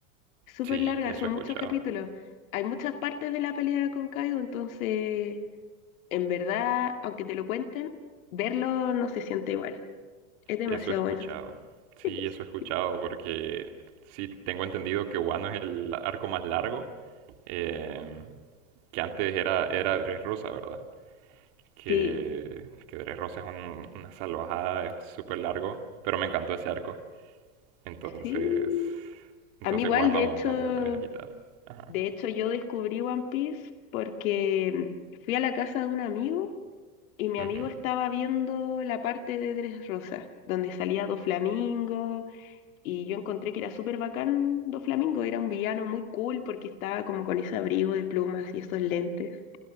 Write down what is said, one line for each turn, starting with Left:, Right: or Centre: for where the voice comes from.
Left: súper
Right: Sí,
Left: larga,
Right: eso
Left: son
Right: he escuchado.
Left: muchos capítulos. Hay muchas partes de la pelea con Kaido, entonces, en verdad, aunque te lo cuenten, verlo no se siente igual. Es demasiado
Right: Eso he escuchado.
Left: bueno.
Right: Sí,
Left: <laughs>
Right: eso he escuchado porque sí tengo entendido que Wano es el arco más largo, eh, que antes era, era Dressrosa, ¿verdad? Que,
Left: Sí,
Right: que Dressrosa es un- una salvajada, es súper largo, pero me encantó ese arco. Entonces,
Left: Sí,
Right: entonces
Left: a mí igual,
Right: Wano
Left: de hecho,
Right: como que lo viene a quitar. Ajá.
Left: de hecho yo descubrí One Piece porque fui a la casa de un amigo y mi
Right: Ujú.
Left: amigo estaba viendo la parte de Dressrosa, donde salía Doflamingo y yo encontré que era súper bacán Doflamingo, era un villano muy cool porque estaba como con ese abrigo de plumas y esos lentes.